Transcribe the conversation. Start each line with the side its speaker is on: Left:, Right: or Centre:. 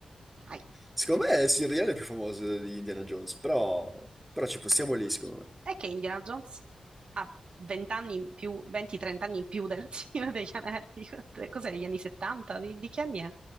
Right: Dai.
Centre: Secondo me Silrian è più famoso di Indiana Jones, però, però ci possiamo lì, secondo me.
Right: è che Indiana Jones ha 20 anni in più, 20-30 anni in più del <laughs> Signore degli Anelli. Quant'è- Cos'è, degli anni 70? Di, di che anni è? Non